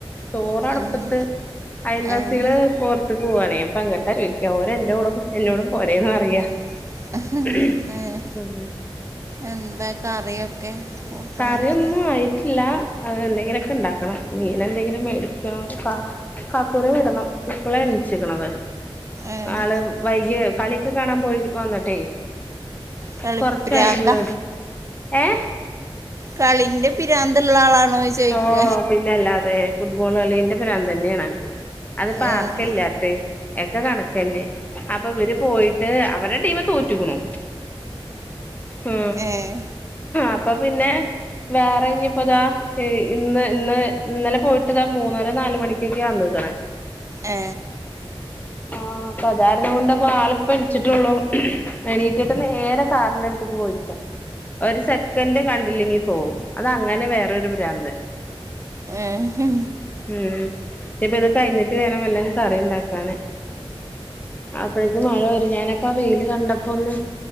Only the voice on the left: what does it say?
ചോറ് അടുപ്പത്ത്
അയൽവാസികള്
പോറത്ത്ക്ക് പോകുകയാണെ അപ്പൊ എങ്ങട്ടാ ചോയ്ക്യ ഒരേന്റെകൂടെ എന്നോടും പോരേന്ന് പറയാ
<inaudible>
കറിയൊന്നും ആയിട്ടില്ല അത് എന്തെങ്കിലുമൊക്കെ ഉണ്ടാക്കണം മീനെന്തെങ്കിലും മേടിക്കണം കാക്കുനെ വിടണം ഇപ്പളാ എണിച്ചിക്കണത്
നാള് വൈകിയ കളിയൊക്കെ കാണാൻ പോയി വന്നട്ടെ
കൊറച്ചായിട്ടുള്ളൂ ഏ
ഓ പിന്നെ അല്ലാതെ ഫുട്ബോൾ കളിന്റെ പ്രാന്തന്നെയാണ് അത്പ്പൊ
ആർക്കില്ലാത്ത ഒക്കെ കണക്ക് തന്നെ അപ്പൊ ഇവര് പോയിട്ട് അവരുടെ ടീമ് തോറ്റിക്കണു ഉ
അപ്പൊ പിന്നെ വേറെ ഇനിപ്പോതാ ഇന്ന് ഇന്ന് ഇന്നലെ പോയിട്ട്താ മൂന്നര നാല മണിക്കൊക്കെയാ വന്നിക്കണേ
ആ അപ്പൊ അതായിരുന്നു കൊണ്ടപ്പ ആളിപ്പ ഏണിച്ചിട്ടുള്ളൂ എണീറ്റിട്ട് നേരെ കാറിന്റെടുത്ത് പോയി ഒരു സെക്കൻഡ് കണ്ടില്ലെങ്കി പോവും അത് അങ്ങനെ വേറൊരു പ്രാന്ത്
ഉം ഇപ്പ ഇത് കഴിഞ്ഞിട്ട് വേണം വല്ലതും കറി ഉണ്ടാക്കാന് അപ്പഴേക്ക് മഴ വരും ഞാനപ്പ ആ വെയില്കണ്ടപ്പോ ഒന്ന്